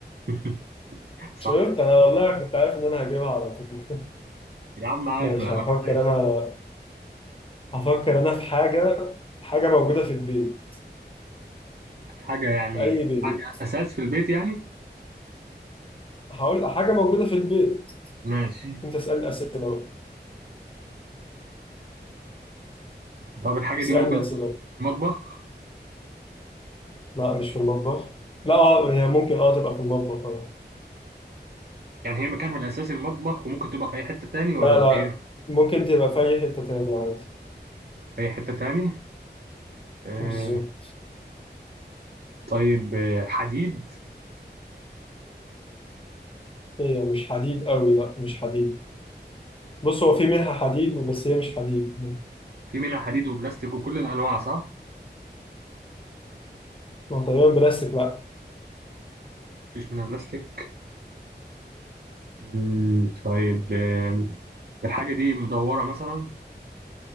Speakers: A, on the right; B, on the left.
A: <laughs>
B: شفت
A: صح
B: انا والله كنت عارف ان انا هجيبها على طول
A: يا عم عايش
B: ماشي
A: بقى
B: هفكر
A: ما عايش
B: انا هفكر انا في حاجه حاجه موجوده في البيت
A: حاجه يعني
B: في اي بيت
A: حاجه اساس في البيت يعني
B: هقول حاجه موجوده في البيت
A: ماشي
B: انت اسالني اسئله بقى.
A: طب الحاجة
B: اسالني
A: دي موجودة
B: اسئله
A: في المطبخ
B: لا مش في المطبخ لا اه هي ممكن اه تبقى في المطبخ اه
A: يعني هي مكانها الأساسي المطبخ وممكن تبقى في أي حتة تاني ولا
B: لا
A: الإيه
B: لا ممكن تبقى في اي حته تانية عادي
A: في أي حتة تاني آه،
B: بالظبط
A: طيب آه، حديد
B: هي مش حديد قوي لا مش حديد بص هو في منها حديد بس هي مش حديد
A: في منها حديد وبلاستيك وكل الأنواع صح؟
B: هو تقريبا بلاستيك لا
A: مفيش منها بلاستيك مم، طيب آه، الحاجة دي مدورة مثلا